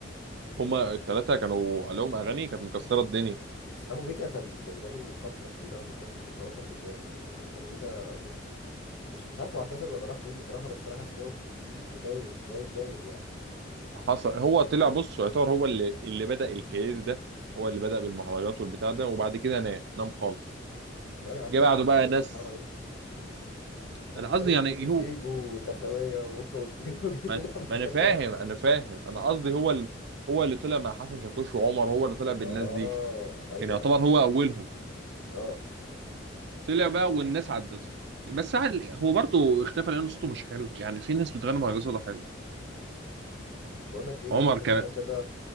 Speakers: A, on the right; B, on the left.
A: هم الثلاثه كانوا لهم اغاني كانت مكسره الدنيا
B: بس حمو بيكا كان بقاله فترة كبيرة أوي مختفي مقارنة بالباقي يعني حمو بيكا م... مش مش عارف هو اعتزل ولا راح فين بصراحة بس أنا حاسس إن هو م- نايم نايم نايم يعني
A: حصل هو طلع بص يعتبر هو اللي اللي بدأ الكارير ده هو اللي بدأ بالمهرجانات والبتاع ده وبعد كده نام نام خالص
B: لا يا عم
A: جه
B: بدأ
A: بعده
B: بالمكانات
A: بقى ناس
B: اللي حرام عليه أنت
A: انا
B: سايب
A: قصدي يعني
B: في
A: إيه،
B: فيجو
A: هو
B: والدخلاوية وأوكا وأورتيجا <laughs> وجيت
A: ما,
B: تقول لي حمو بيكا
A: ما انا
B: اللي
A: فاهم
B: بدأ
A: انا فاهم انا قصدي هو ال... هو اللي طلع مع حسن شاكوش وعمر هو اللي طلع بالناس
B: آه
A: دي
B: أيوه
A: كان يعتبر
B: أنا فاكر
A: هو اولهم
B: آه آه
A: طلع
B: بس حاسس
A: بقى والناس عدته بس عل- هو برضه اختفى لان صوته مش حلو يعني في ناس بتغني مهرجان صوتها حلو
B: بقول لك إيه
A: عمر
B: بما إن
A: كمان
B: أنت كده